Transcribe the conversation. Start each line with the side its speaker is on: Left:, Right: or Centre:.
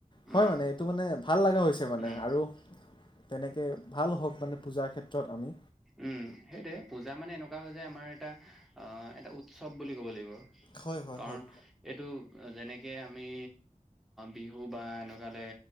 Left: হয়
Centre: উম
Left: মানে এইটো মানে ভাল লগা হৈছে মানে
Centre: উম
Left: আৰু তেনেকে ভাল হওঁক মানে পূজাৰ ক্ষেত্ৰত আমি
Centre: উম সেইটে পূজা মানে এনেকুৱা হয় যে আমাৰ এটা অ এটা উৎসৱ বুলি ক'ব লাগিব
Left: হয় হয়
Centre: কাৰণ
Left: হয়।
Centre: এইটো যেনেকে আমি বিহু বা এনেকুৱালৈ